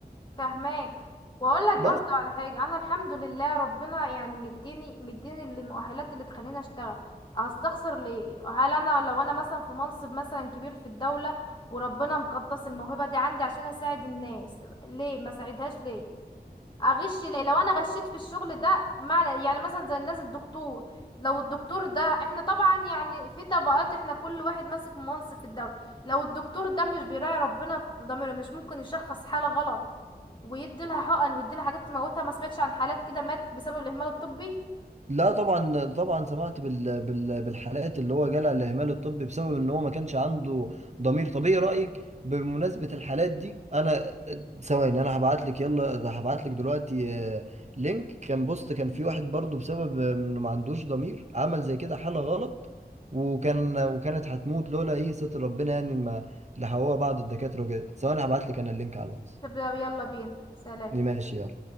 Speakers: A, on the left (about 30°); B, on the right (about 40°).
A: فهماك واقول لك
B: بس
A: برضو على حاجه انا الحمد لله ربنا يعني مديني مديني المؤهلات اللي تخليني اشتغل هستخسر ليه هل انا لو انا مثلا في منصب مثلا كبير في الدوله وربنا مقدس الموهبه دي عندي عشان اساعد الناس ليه ما ساعدهاش ليه اغش ليه لو انا غشيت في الشغل ده مع يعني مثلا زي الناس الدكتور لو الدكتور ده احنا طبعا يعني في طبقات احنا كل واحد ماسك منصب في الدولة لو الدكتور ده مش بيراعي ربنا في ضميره مش ممكن يشخص حالة غلط ويدي لها حقن ويدي لها حاجات تموتها ما سمعتش عن حالات كده ماتت بسبب الاهمال الطبي
B: لا طبعا طبعا سمعت بال بال بالحالات اللي هو جالها الاهمال الطبي بسبب ان هو ما كانش عنده ضمير طبيعي رايك بمناسبه الحالات دي انا ثواني انا هبعت لك يلا ده هبعت لك دلوقتي آه، لينك كان بوست كان في واحد برضو بسبب آه، انه ما عندوش ضمير عمل زي كده حاله غلط وكان وكانت هتموت لولا ايه ستر ربنا يعني ما لحقوها بعض الدكاتره وكده ثواني هبعت لك انا اللينك على الواتس
A: طب يلا بينا سلام
B: ماشي يلا